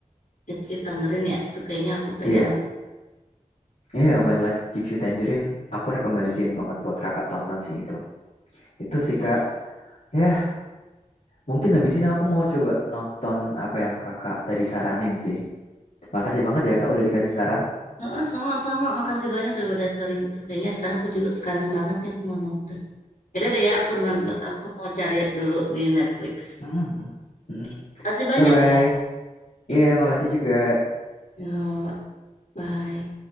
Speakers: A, on the left; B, on the left.
A: Gets You Tangerine ya itu kayaknya aku pengen
B: Iya,
A: nonton
B: iya When Life Gives You Tangerine aku rekomendasiin banget buat kakak tonton sih itu. Itu sih kak. Ya, yeah, mungkin habis ini aku mau coba nonton apa yang kakak tadi saranin sih. Makasih banget ya Kak udah dikasih saran.
A: Heeh, sama-sama. Makasih banyak ya udah sharing itu. Kayaknya sekarang aku juga sekarang banget nih aku mau nonton. Yaudah deh ya, aku
B: Sip.
A: nonton, aku mau cari dulu di Netflix.
B: Mm-mm, mm-mm.
A: Oke. Makasih banyak
B: Bye-bye.
A: ya.
B: Iya, makasih juga.
A: Yuk, bye.